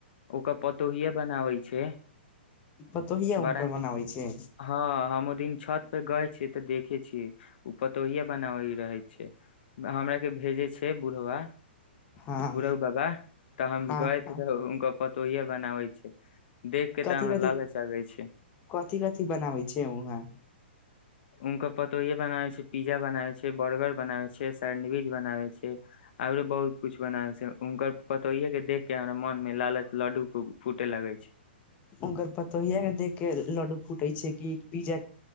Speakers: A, on the left; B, on the left.
A: ओकर पतोहियाबनाबै छै
B: पतोहिए हुनकर
A: बड़ा नीक
B: बनाबै छै
A: हँ हम ओ दिन छत पे गय छै तऽ देखे छीयै ओ पतोहिेया बनाब रहै छै हमरा के भेजे छै बूढ़वा
B: हँ
A: बुरहु बाबा तऽ हम
B: हँ
A: गए
B: हँ
A: त उनकर पतोहिया बनाबै छै देख के तऽ
B: कथि
A: हमरा
B: कथि
A: लालच आ गै छै
B: कथि कथि बनाबै छै उहाँ
A: हुनकर पतोहिेये बनाबै छै पिज्जा बनाबै छै बर्गर बनाबै छै सैंडविज बनाबै छै आरो बहुत कुछ बनाबै छै उनकर पतोहिेयेके देख के हमरा मोन मे लालच लड्डू फूटे लगे छै
B: उनकर पतोहिया के देख के लडू फुटै छै कि पीज्जा